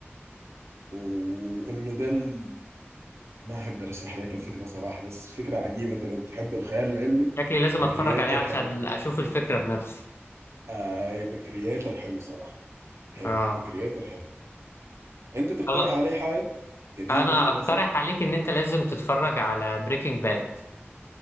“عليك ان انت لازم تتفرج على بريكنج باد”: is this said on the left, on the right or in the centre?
Left